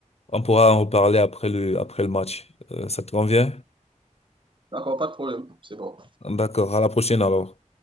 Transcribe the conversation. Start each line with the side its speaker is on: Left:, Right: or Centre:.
Left: on pourra en reparler après le, après le match. Euh, ça te convient?
Right: D'accord, pas de problème. C'est bon.
Left: D'accord, à la prochaine alors.